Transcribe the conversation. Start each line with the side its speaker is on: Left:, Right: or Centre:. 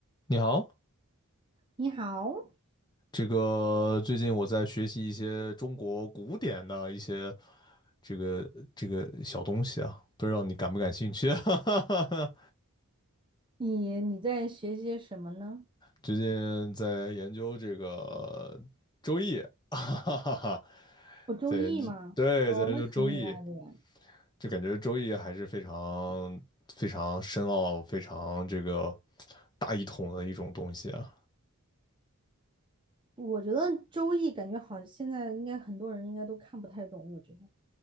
Left: 你好，
Right: 你好，
Left: 这个最近我在学习一些中国古典的一些这个这个小东西啊，不知道你感不感兴趣？<laughs> 哈哈哈
Right: 你你在学些什么呢？
Left: 最近在研究这个《周易》<laughs>，哈哈哈，
Right: 我周易吗？
Left: 在研究，对，
Right: 哦，
Left: 在研究《周易》，
Right: 那挺厉害的呀。
Left: 就感觉《周易》还是非常非常深奥、非常这个大一统的一种东西啊。
Right: 我觉得周易感觉好，现在应该很多人应该都看不太懂。我觉得